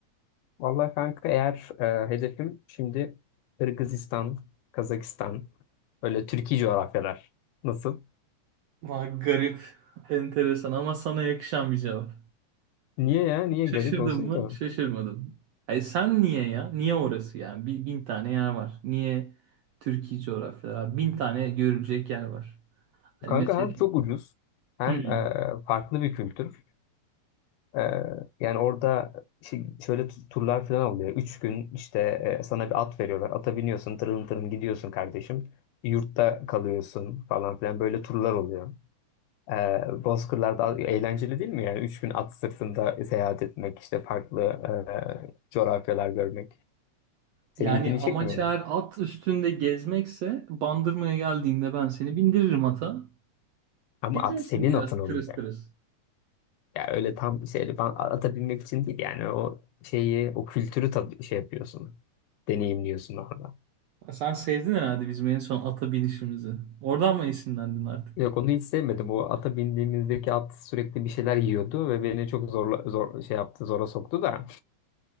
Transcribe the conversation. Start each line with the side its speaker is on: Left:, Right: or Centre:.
Left: Vallahi kanka eğer e, hedefim şimdi Kırgızistan, Kazakistan, öyle Türkiye coğrafyalar. Nasıl?
Right: Vay garip, <laughs> enteresan ama sana yakışan bir cevap.
Left: Niye ya? Niye
Right: Şaşırdın
Left: garip olsun
Right: mı?
Left: ki?
Right: Şaşırmadım. Ay sen niye ya? Niye orası yani? Bir, bin tane yer var. Niye Türkiye coğrafyaları? abi? Bin tane görülecek yer var. Hani
Left: Kanka
Right: mesela
Left: hem çok ucuz hem
Right: Hmm.
Left: e, farklı bir kültür. Ee, yani orada şey- şöyle tu- turlar falan oluyor. Üç gün işte e, sana bir at veriyorlar. Ata biniyorsun, tırın tırın gidiyorsun kardeşim. Yurtta kalıyorsun falan filan böyle turlar oluyor. Ee, Bozkırlar'da eğlenceli değil mi? Yani üç gün at sırtında seyahat etmek, işte farklı e, coğrafyalar görmek. Senin
Right: Yani
Left: ilgini
Right: amaç
Left: çekmiyor mu?
Right: eğer at üstünde gezmekse Bandırma'ya geldiğinde ben seni bindiririm ata.
Left: Ama
Right: Gezersin
Left: at senin
Right: biraz
Left: atın olacak.
Right: tırıs tırıs.
Left: Ya öyle tam şeyle ben ata binmek için değil yani o şeyi, o kültürü tad şey yapıyorsun, deneyimliyorsun orada.
Right: Ya Sen sevdin herhalde bizim en son ata binişimizi. Oradan mı esinlendin artık?
Left: Yok onu hiç sevmedim. O ata bindiğimizdeki at sürekli bir şeyler yiyordu ve beni çok zorla, zor, şey yaptı, zora soktu da